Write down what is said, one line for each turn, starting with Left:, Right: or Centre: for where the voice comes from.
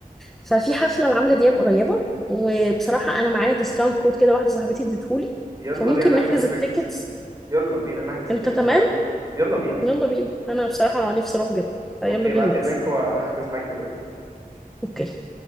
Centre: ففي حفله لعمرو دياب قريبه وبصراحه انا معايا ديسكاونت كود كده واحده صاحبتي اديتهولي
Right: يلا
Centre: فممكن
Right: بينا نحجز
Centre: نحجز
Right: التيكتس
Centre: التيكتس
Right: يلا بينا نحجز التيكتس
Centre: انت تمام
Right: على طول يلا بينا
Centre: يلا بينا انا بصراحة نفسي اروح جدا فيلا
Right: اوكي
Centre: بينا
Right: بعت
Centre: نحجز
Right: اللينك وهحجز معاكي دلوقتي
Centre: اوكي